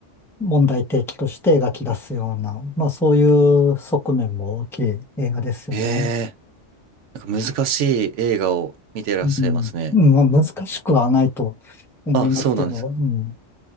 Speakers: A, in the centre; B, on the right.
A: 問題提起として描き出すような、まあそういう側面も大きい映画ですよね。
B: ええ、なんか難しい映画を見てらっしゃいますね。
A: うん。うんまあ難しくはないと思いますけど、
B: あ、そうなんですか。
A: うん。